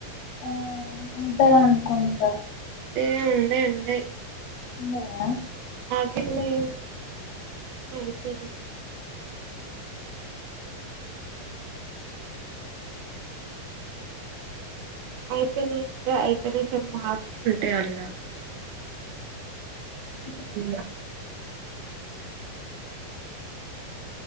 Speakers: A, on the left (about 80°); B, on the right (about 80°).
A: ఆ ఉంటాయి అనుకుంటా
B: ఏ ఉండయి ఉండయి
A: ఉండాయా
B: అయిపోయినాయి అయిపోయినాయి అంటే అయిపోయినా మార్క్స్ ఉంటాయి అన్న
A: ఉ
B: ఉ